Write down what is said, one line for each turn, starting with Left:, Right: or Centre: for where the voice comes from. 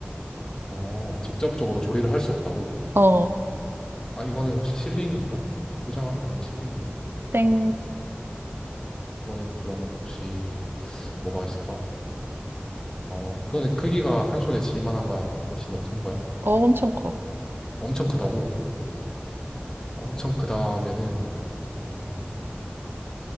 Left: 어, 직접적으로 조리를 할 수 없다고?
Right: 어,
Left: 아, 이거는 혹시 실링인가? 포장하는 실링인가?
Right: 땡,
Left: 어, 이거는 그러면 혹시 뭐가 있을까? 어, 이거는 크기가 한 손에 쥘 만한 거야? 아니면 훨씬 더 큰 거야?
Right: 어, 엄청 커.
Left: 엄청 크다고? 엄청 크다면은 어,